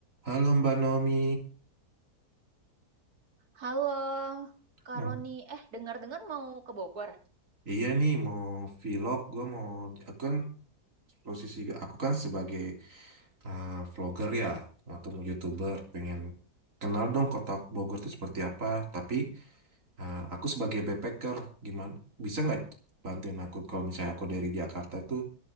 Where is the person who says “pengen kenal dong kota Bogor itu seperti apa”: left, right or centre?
Right